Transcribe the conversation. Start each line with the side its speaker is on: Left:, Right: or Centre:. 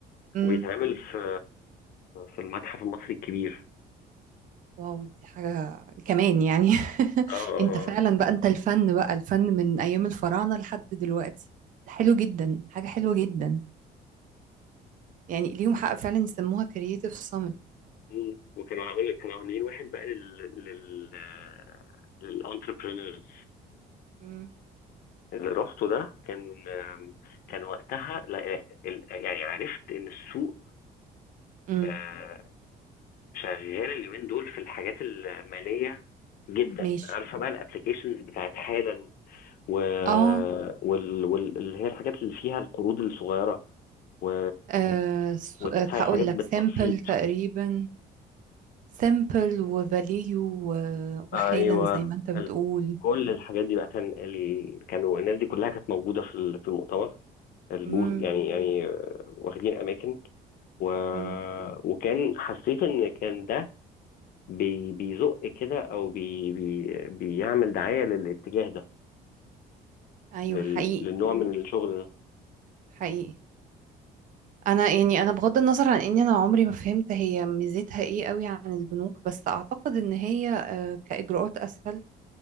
Right: امم
Left: وبيتعمل في في المتحف المصري الكبير
Right: واو دي حاجة كمان يعني <laughs>
Left: اه اه
Right: انت فعلا
Left: آه.
Right: بقى انت الفن بقى الفن من أيام الفراعنة لحد دلوقتي حلو جدا حاجة حلوة جدا يعني ليهم حق فعلا يسموها كرياتيف صامت
Left: مم. وكانوا عاملين كانوا عاملين واحد بقى لل لل للانتربرينورز
Right: امم
Left: اللي رحته ده كان آم، كان وقتها لا- ال- يعني عرفت ان السوق
Right: امم
Left: آه، شغال اليومين دول في الحاجات الماليه جدا
Right: ماشي
Left: عارفه بقى الابلكيشنز بتاعت حالا و...
Right: اه
Left: وال... وال... اللي هي الحاجات اللي فيها القروض الصغيره و...
Right: آه، س-
Left: وتدفعي
Right: آه، هقول
Left: حاجات بالتقسيط
Right: لك سامبل تقريبا سامبل وفاليو و- وحالا
Left: ايوه
Right: زي ما انت بتقول
Left: ال- كل الحاجات دي بقى كان ال... كانوا الناس دي كلها كانت موجوده في ال- في المؤتمر البوز
Right: امم
Left: يعني يعني آه، واخدين اماكن و...
Right: امم
Left: وكان حسيت ان كان ده بي... بيزق كده او بي... بي... بيعمل دعايه للاتجاه ده
Right: ايوه
Left: لل...
Right: حقيقي
Left: للنوع من الشغل ده
Right: حقيقي انا يعني انا بغض النظر عن اني انا عمري ما فهمت هي ميزتها ايه قوي عن البنوك بس اعتقد ان هي آه، كاجراءات اسهل